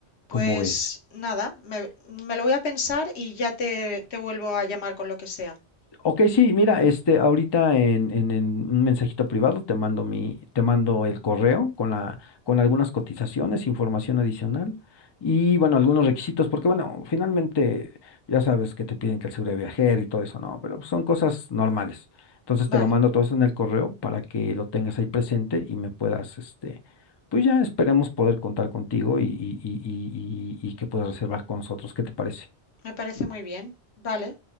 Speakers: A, on the left; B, on the left.
A: Pues
B: ¿Cómo ves?
A: nada, me, me lo voy a pensar y ya te, te vuelvo a llamar con lo que sea.
B: Ok, sí, mira, este, ahorita en, en- en un mensajito privado te mando mi, te mando el correo con la, con algunas cotizaciones, información adicional y bueno, algunos requisitos, porque bueno, finalmente ya sabes que te piden que el seguro de viajero y todo eso, no, pero son cosas normales. Entonces
A: Vale,
B: te lo mando todo eso en el correo para que lo tengas ahí presente y me puedas, este, pues ya esperemos poder contar contigo y, y, y, y, y y que puedas reservar con nosotros. ¿Qué te parece?
A: me parece muy bien. Vale,